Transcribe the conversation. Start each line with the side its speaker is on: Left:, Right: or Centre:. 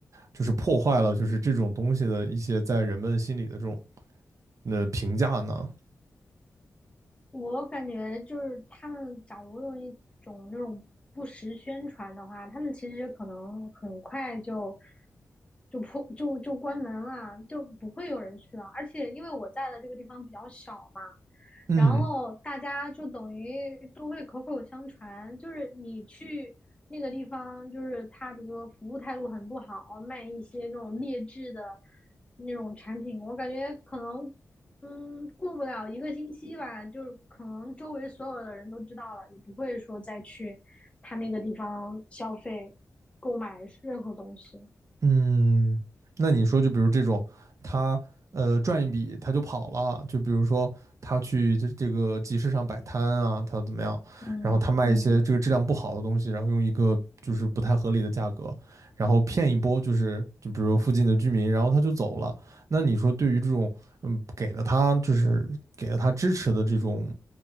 Right: 就是破坏了就是这种东西的一些在人们心里的这种呃评价呢？
Left: 我感觉就是他们假如用一种那种不实宣传的话，他们其实可能很快就就破就就关门了，就不会有人去了。而且因为我在的这个地方比较小嘛，
Right: 嗯
Left: 然后大家就等于都会口口相传，就是你去那个地方，就是他比如说服务态度很不好，卖一些那种劣质的那种产品，我感觉可能嗯，过不了一个星期吧，就是可能周围所有的人都知道了，也不会说再去他那个地方消费、购买任何东西。
Right: 嗯，那你说就比如这种他呃赚一笔他就跑了，就比如说他去这这个集市上摆摊啊，他怎么样？
Left: 嗯嗯。
Right: 然后他卖一些这个质量不好的东西，然后用一个就是不太合理的价格，然后骗一波就是就比如说附近的居民，然后他就走了。那你说对于这种嗯给了他就是给了他支持的这种